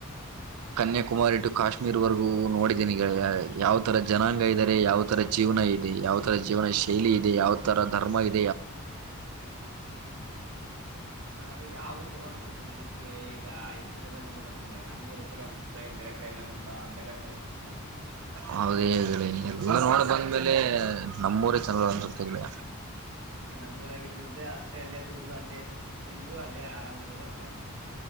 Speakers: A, on the right; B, on the right.
A: ಕನ್ಯಾಕುಮಾರಿ ಟು ಕಾಶ್ಮೀರ್ವರೆಗೂ ನೋಡಿದ್ದೀನಿ ಗೆಳೆಯ ಯಾವ ತರ ಜನಾಂಗ ಇದ್ದಾರೆ ಯಾವ ತರ ಜೀವನ ಇದೆ ಯಾವ ತರ ಜೀವನ ಶೈಲಿ ಇದೆ ಯಾವ ತರ ಧರ್ಮ ಇ
B: ಹಬ್ಬ ಇದೆ ಯಾವ್ ತರ ಜಾತಿ ಇದೆ ಎಲ್ಲಾ ಬರೆದುಕೊಂಡಿದ್ದೇನೆ ಹ ಅದೆ ಯಾವ್ದು ಚಲೋ ಅನ್ಸುತ್ತದೆ ನಿನಗೆ ಈಗ ಇಷ್ಟನೆಲ್ಲ ನೋಡ್ ಬಂದೆ ನಮ್ಮ ಊರ ಚಲೋ ಅನ್ಸುತ್ತೆ ಬೇರೆ ಕಡೆ ಎಲ್ಲ ಒಂತಾ ಜಗ ಏ ಚಲೋ ಅನ್ಸುತ್ತೊ.
A: ಹೌದ್ರಿ ಈ ಇಲ್ಲಿ ಎಲ್ಲ ನೋಡ ಬಂದ್ಮೇಲೆ ನಮ್ಮೂರೆ ಚಲೋ ಅನ್ಸುತ್ತೆ ಬಿ
B: ಇನ್ ನಮ್ಮೂರಾಗಿಲ್ಲಿದ್ದೆ ಅಷ್ಟೇ ಅಲ್ಲೇ ದುಡ್ದ ಅಲ್ಲೇ ತಿಂದು ಅಲ್ಲೇ ಆರಾಮ್ ಇರೋದ ಚಲೋ.